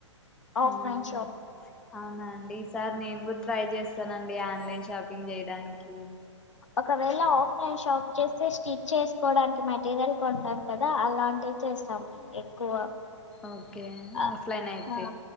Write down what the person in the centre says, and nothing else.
ఉమ్
అవునా అండి ఈసారి నేను కూడా ట్రై చేస్తాన అండి ఆన్లైన్ షాపింగ్ చేయడానికి
ఓకే
ఆఫ్లైన్ అయితే